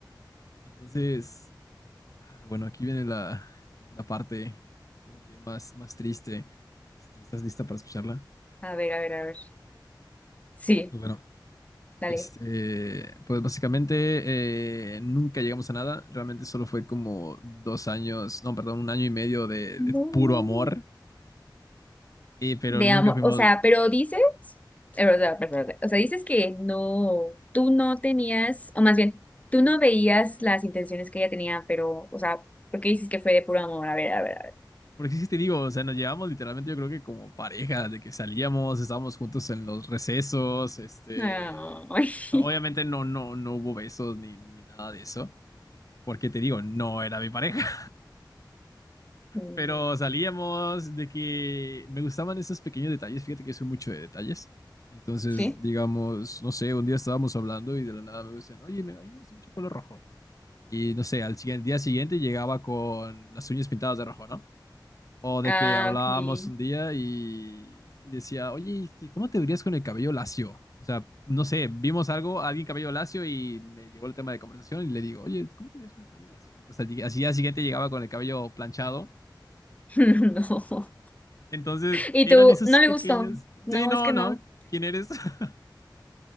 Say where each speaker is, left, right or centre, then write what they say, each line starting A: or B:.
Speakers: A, on the left; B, on the left.
A: entonces, ah, bueno, aquí viene la, la parte como que más, más triste. Este, ¿estás lista para escucharla?
B: A ver, a ver, a ver. Sí,
A: Pues bueno.
B: dale.
A: Este, pues básicamente eh, nunca llegamos a nada. Realmente solo fue como dos años, no, perdón, un año y medio de,
B: No.
A: de puro amor. Eh, pero
B: De
A: nunca
B: amor,
A: fuimos,
B: o sea, pero dices, eh, o sea, perdón, perdón, o sea, dices que no, tú no tenías, o más bien, tú no veías las intenciones que ella tenía, pero, o sea, ¿por qué dices que fue de puro amor? A ver, a ver, a ver.
A: porque sí sí te digo, o sea, nos llevamos literalmente, yo creo que como pareja, de que salíamos, estábamos juntos en los recesos. Este,
B: Ay.
A: obviamente
B: <laughs>
A: no, no, no hubo besos ni, ni nada de eso, porque te digo, no era mi pareja.
B: Mm,
A: Pero salíamos de que me gustaban esos pequeños detalles. Fíjate que soy mucho de detalles. Entonces,
B: ¿Sí?
A: digamos, no sé, un día estábamos hablando y de la nada me dicen, oye, me- a mí me gusta mucho el color rojo. Y no sé, al siguiente, día siguiente llegaba con las uñas pintadas de rojo, ¿no? O de
B: Ah,
A: que hablábamos
B: ok.
A: un día y, y decía, oye, ¿y si- ¿cómo te verías con el cabello lacio? O sea, no sé, vimos algo, alguien cabello lacio y me llegó el tema de conversación y le digo, oye, ¿cómo te verías con el cabello lacio? Y pues al día al día siguiente llegaba con el cabello planchado.
B: <laughs> No.
A: Entonces,
B: Y
A: eran
B: tú,
A: esos
B: no le
A: pequeños.
B: gustó. No,
A: Sí, no,
B: es que
A: no.
B: no.
A: ¿Quién eres? <laughs>